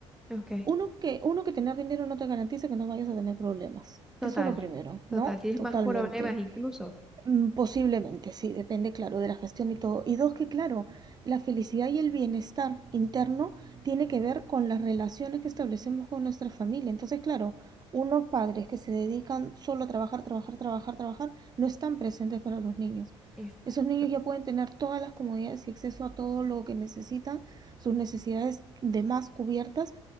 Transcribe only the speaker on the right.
uno que, uno que tener dinero no te garantiza que no vayas a tener problemas.
Eso es lo primero, ¿no?
Totalmente.
Mm, Posiblemente, sí, depende, claro, de la gestión y todo. Y dos, que claro, la felicidad y el bienestar interno tiene que ver con las relaciones que establecemos con nuestra familia. Entonces, claro, unos padres que se dedican solo a trabajar, trabajar, trabajar, trabajar, no están presentes para los niños.
Esos niños ya pueden tener todas las comodidades y acceso a todo lo que necesitan, sus necesidades de más cubiertas,